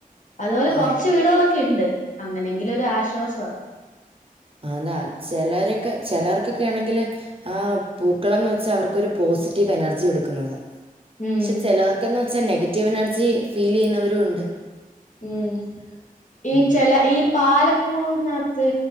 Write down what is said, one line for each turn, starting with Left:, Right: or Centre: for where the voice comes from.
Left: അതുപോലെ
Right: ആഹ്.
Left: കൊറച്ച് വീടുകളൊക്കെ ഉണ്ട്, അങ്ങനെങ്കിലും ഒരു ആശ്വാസ
Right: അതാ ചിലരൊക്കെ ചിലർക്കൊക്കെ ആണെങ്കില് ആഹ് പൂക്കളം എന്ന് വെച്ചാ അവർക്കൊരു പോസിറ്റീവ് എനർജി എടുക്കുന്നത.
Left: ഉം
Right: പക്ഷെ ചിലവർക്കെന്ന് വെച്ചാൽ നെഗറ്റീവ് എനർജി ഫീൽ ചെയ്യുന്നവരും ഉണ്ട്.
Left: ഉം. ഈ
Right: ഉം.
Left: ചെല ഈ പാലപ്പൂവിനകത്ത്